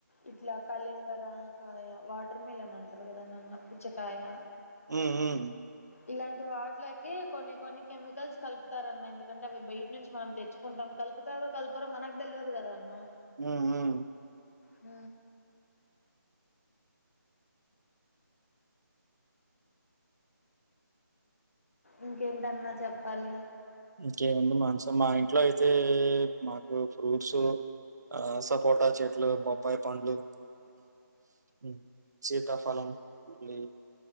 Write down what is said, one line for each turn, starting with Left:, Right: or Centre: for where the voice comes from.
Left: ఇట్లా కళింగరా కాయ వాటర్ మిలన్ అంటారు కదనన్న పుచ్చకాయ
Right: ఉమ్ ఉమ్
Left: ఇలాంటి వాట్లకి కొన్ని కొన్ని కెమికల్స్ కలుపుతారన్నా ఎందుకంటే అవి బయ్ నుంచి మనం తెచ్చుంటాం కలుపుతారో కల్పరొ మనక్ దెల్వదు గదా అన్న
Right: ఊ ఊ
Left: ఊ ఇంకేంటన్న చెప్పాలి
Right: ఇంకేముంది మాన్సా మా ఇంట్లో అయితే మాకు ఫ్రూట్సూ ఆ సపోటా చెట్లు బొప్పాయ్ పండ్లు ఉ శీతా ఫలం మళ్ళీ